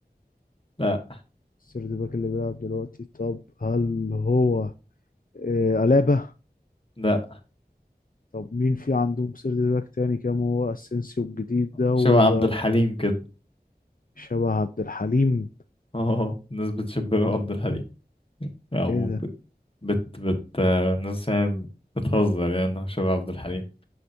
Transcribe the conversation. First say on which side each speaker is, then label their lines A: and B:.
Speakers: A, on the left; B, on the left.
A: لا
B: السيرد باك اللي بيلعب دلوقتي طب هل هو آه ألابا
A: لا
B: طب مين في عندهم سيرد باك تاني كام هو اسينسيو الجديد ده
A: شبه
B: وشبه
A: عبد الحليم كده
B: عبد الحليم
A: اه الناس بتشبهه عبد الحليم او
B: ايه ده
A: بت بت بت آه، الناس يعني بتهزر يعني إنه شبه عبد الحليم